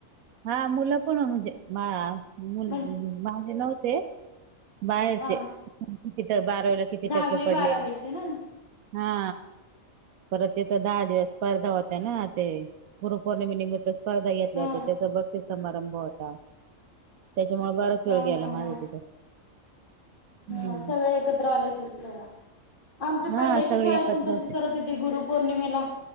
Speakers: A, on the right (about 90°); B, on the left (about 40°).
A: हा मुलं पण म्हणजे मुल.
B: म्हण
A: माझे नव्हते बाहेरचे.
B: हा
A: किती बारावीला किती
B: दहावी
A: टक्के पडले?
B: बारावीचे ना
A: हा. परत तथ दहा दिवस स्पर्धा होत ना ते गुरुपौर्णिमेनमित्तच. स्पर्धा घेतल्या
B: हा
A: होत्या त्याचा बक्षीस समारंभ होता. त्याच्यामुळे बराच
B: हा
A: वेळ गेला
B: हा हा
A: माझा तिथं. हम्म
B: हा सगळे एकत्र आले अस तेव्हा आमच्या
A: हा
B: पहिल्याच्या
A: सगळे
B: शाळेत
A: एकत्र
B: पण तसेच करत हो ते ग्रुप पौर्णिमेला